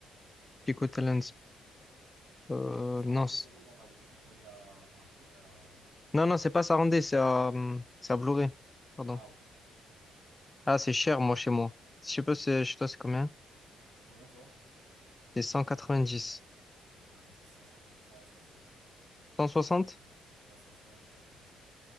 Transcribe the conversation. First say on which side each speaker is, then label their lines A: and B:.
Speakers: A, on the left; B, on the right.
A: Chic Hotel and Spa. euh,
B: Ça
A: non,
B: rentrait,
A: c-
B: c'est bon, mais on avait dit qu'on prenait à, à truc à la.
A: non, non, c'est pas ça rendait. C'est à, hum, c'est à Vloré. Pardon.
B: Ah, ok.
A: Ah, c'est cher, moi, chez moi. Je sais pas, c'est, chez toi, c'est combien?
B: C'est combien toi?
A: C'est 190.
B: Ouais, moi c'est cent 160.
A: 160?
B: Parce que ça reste quand même cher. Ouais, ça reste quand même cher, cent soixante